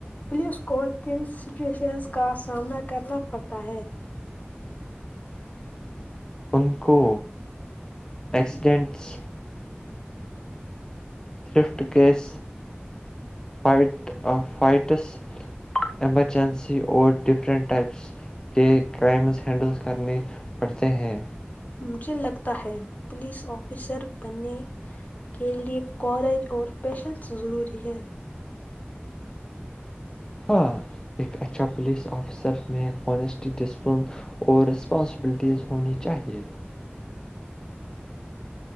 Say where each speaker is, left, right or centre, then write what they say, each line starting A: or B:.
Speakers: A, on the left; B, on the left.
A: پولیس کو کن سچویشنز کا سامنا کرنا پڑتا ہے
B: ان کو ایکسیڈینٹس تھرفٹ کیس فٹ فائٹس ایمرجنسی اور ڈفرنٹ ٹائپس کے کرائمز ہینڈل کرنے پڑتے ہیں
A: مجھے لگتا ہے پولیس آفیسر بننے کے لئے کورج اور پیشنس ضروری ہے
B: ہاں ایک اچھا پولیس آفیسر میں ہنیسٹی ڈسپلن اور رسپانسبلٹیز ہونی چاہیے